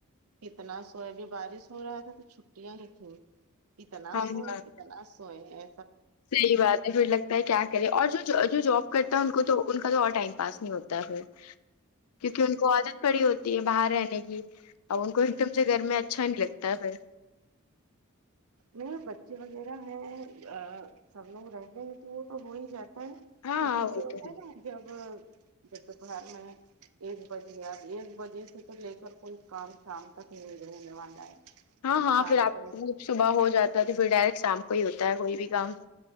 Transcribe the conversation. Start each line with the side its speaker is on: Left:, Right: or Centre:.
Right: کتنا سوے ابھی بارش ہو رہا تھا تو چھٹیاں لی تھیں کتنا
Left: ہاں
Right: سوے
Left: ہاں
Right: کتنا سوے ہے
Left: صحیح بات پھر لگتا ہے کیا کرے اور جو جو جاب کرتا ہے ان کا تو ان کا تو اور ٹائم پاس نہیں ہوتا ہے پھر کیونکہ ان کو عادت پڑی ہوتی ہے باہر رہنے کی اب ان کو ایک دم سے گھر میں اچھا نہیں لگتا ہےھر
Right: میرے بچے وغیرہ ہیں آآ سب لوگ رہتے ہیں تو وہ تو ہو ہی جاتا ہے
Left: ہاں
Right: لیکن
Left: ہاں وہ
Right: یہ ہوتا
Left: تو
Right: ہے نا جب جب تو پڑھانے میں ایک بج گیا اب ایک بجے سے تو لے کر کوئی کام شام تک نہیں رہنے والا ہے
Left: ہاں ہاں
Right: شام
Left: پھر آپ
Right: کو
Left: صبح ہو جاتا ہے تو پھر ڈائریکٹ شام کو ہی ہوتا ہے کوئی بھی کام